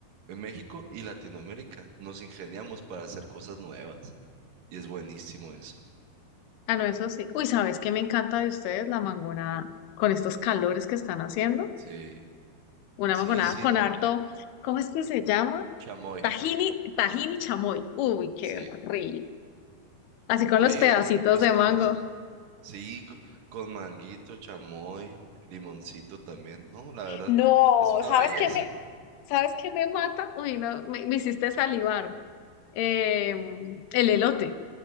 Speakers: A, on the right; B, on the left.
A: en México y Latinoamérica nos ingeniamos para hacer cosas nuevas. Y es buenísimo eso.
B: Ah, no, eso sí. Uy, ¿sabes qué me encanta de ustedes? La mangonada. Con estos calores que están haciendo.
A: Sí,
B: Una
A: sí,
B: mangonada
A: sí.
B: con harto, ¿cómo es que se llama?
A: Chamoy.
B: Tajini, tajini chamoy. Uy, qué
A: Sí.
B: rico. Así con
A: Oye,
B: los pedacitos
A: pues
B: de
A: conoce,
B: mango.
A: sí, co- con manguito, chamoy, limoncito también. No, la verdad,
B: No,
A: es una
B: ¿sabes
A: belleza.
B: qué? Me, ¿Sabes qué me mata? Uy, no, me, me hiciste salivar. Eh, el elote.